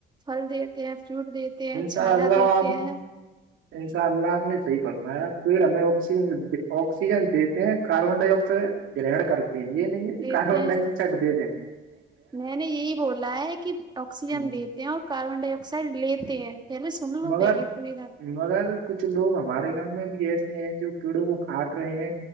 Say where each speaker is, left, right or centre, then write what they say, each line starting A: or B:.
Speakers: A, on the right; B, on the right.
A: پھل دیتے ہیں فروٹ دیتے ہیں چھایا
B: انشاءاللہ
A: دیتے
B: اپ نے
A: <inaudible>
B: انشاء اللہ آپ نے صحیح فرمایا پیڑ ہمیں آکسیجن دیتے ہیں کاربن ڈائی آکسائڈ گرہنڈ کر کے یہ نہیں ہے کہ
A: دیتے
B: کاربن
A: ہیں
B: ڈائی آکسائڈ دے دیں
A: میں نے یہی بولا ہے کہ آکسیجن
B: ہوں،
A: دیتے ہیں اور کاربن ڈائی آکسائڈ لیتے ہیں پہلے سن لو
B: مگر
A: پہلے پوری بات
B: مگر کچھ لوگ ہمارے گاؤں میں بھی ایسے ہیں جو پیڑوں کو کاٹ رہے ہیں